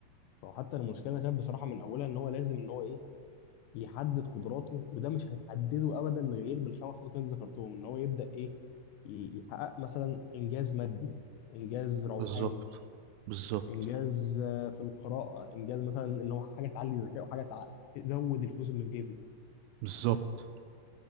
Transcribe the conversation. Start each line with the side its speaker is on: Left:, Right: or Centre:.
Left: فهو حتى المشكله انا شايف بصراحه من اولها ان هو لازم ان هو ايه يحدد قدراته وده مش هيحدده ابدا غير بالخمس نقط اللي أنت ذكرتهم ان هو يبدا ايه ي- يحقق مثلا انجاز مادي انجاز روحاني
Right: بالظبط بالظبط
Left: انجاز آه، في القراءه انجاز مثلا ان هو حاجه تعلي ذكائه وحاجه تع... تزود الفلوس اللي في جيبه
Right: بالظبط